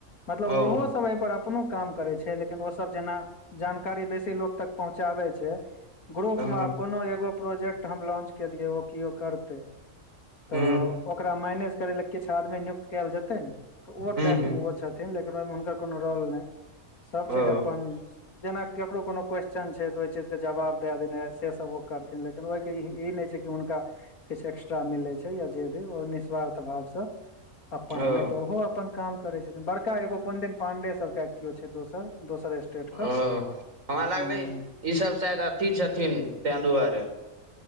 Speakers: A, on the left (about 90°); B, on the right (about 65°).
A: मतलब
B: ओ
A: ओहो सब यै पर अपनो काम करै छ लेकिन ओ सब जेना जानकारी बेसी लोको तक पहुँचाबै छै ग्रुप
B: ह
A: मे आब कोनो एगो प्रोजेक्ट हम लॉन्च केलियै ओ केओ करतै तऽ
B: ह
A: ओकरा मैनेज करै लए किछु आदमी नियुक्त कयल जेतै ना ओ
B: ह
A: टाइप
B: ह
A: मे ओ छथिन लेकिन ओई मे कोनो रोल नय सब चीज
B: ओ
A: अपन जेना केकरो कोनो क्वेश्चन छै त ओई चीज के जवाब दै देने हएत से सब ओ करथिन लेकिन ओई के इहि ई नय छै कि हुनका किछु एक्स्ट्रा मिलै छै या जे भी ओ निःस्वार्थ भाव स अपन
B: ओ
A: नय तऽ ओहो अपन काम करै छथिन बड़का एगो कोन दिन पांडे सबके केओ छै दोसर दोसर स्टेट
B: ओ
A: क
B: हमरा लागलै
A: हूँ
B: ई सब शायद अथी छथिन तें दुआरे